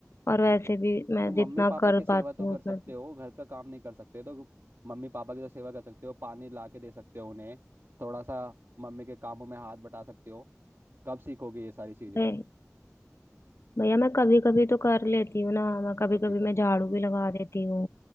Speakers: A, on the right; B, on the left.
A: नहीं
B: और
A: छोटे
B: वैसे
A: हो।
B: भी मैं
A: तो मम्मी
B: जितना
A: पापा
B: कर
A: की सेवा
B: पाती
A: तो
B: हूँ
A: कर
B: उतना
A: सकते हो घर का काम नहीं कर सकते तो मम्मी पापा की तो सेवा कर सकते हो पानी ला के दे सकते हो उन्हें थोड़ा सा मम्मी के कामों में हाथ बटा सकते हो कब सीखोगे ये सारी चीजें
B: भै- भैया मैं कभी कभी तो कर लेती हूँ ना मैं कभी
A: कभी
B: कभी
A: कभी
B: मैं झाड़ू भी लगा देती हूँ